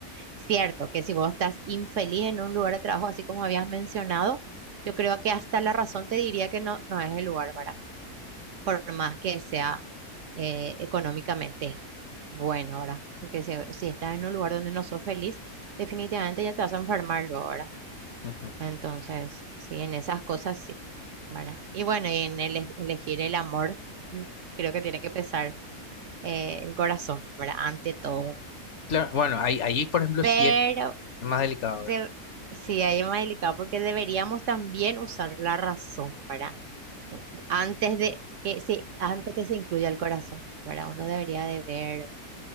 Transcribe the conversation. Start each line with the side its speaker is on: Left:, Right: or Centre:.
Right: Cierto que si vos estás infeliz en un lugar de trabajo, así como habías mencionado, yo creo que hasta la razón te diría que no, no es el lugar, ¿verdad? Por más que sea eh, económicamente bueno, ¿verdad? Porque si, si estás en un lugar donde no sos feliz, definitivamente ya te vas a enfermar luego, ¿verdad?
Left: ujú.
Right: Entonces, sí, en esas cosas sí, ¿verdad? Y bueno, y en ele- elegir el amor, mm, creo que tiene que pesar eh, el corazón, ¿verdad? Ante todo.
Left: Claro, bueno, ahí, ahí por ejemplo
Right: Pero
Left: sí es más delicado,
Right: de-
Left: ¿verdad?
Right: sí, ahí es más delicado porque deberíamos también usar la razón, ¿verdad? Antes de que se, antes que se incluya el corazón, ¿verdad? Uno debería de ver.